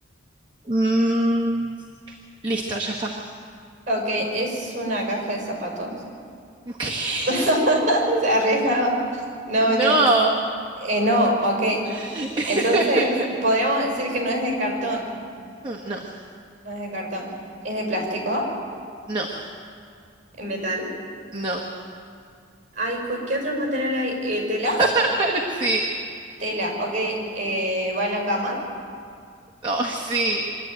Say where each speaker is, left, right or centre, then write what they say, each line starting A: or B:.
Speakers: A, on the right; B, on the right.
A: Mm, listo, ya está.
B: Ok, es una caja de zapatos.
A: <laughs> ¿Qué?
B: <laughs> Se arriesgado. No,
A: No,
B: mentira. Eh, no, ok.
A: <laughs>
B: Entonces, podríamos decir que no es de cartón.
A: no,
B: No es de cartón, es de plástico,
A: no,
B: en metal.
A: no.
B: Ay, cu- ¿qué otros materiales hay? Eh, tela,
A: <laughs> Sí,
B: tela, ok, eh, va en la cama,
A: no, sí,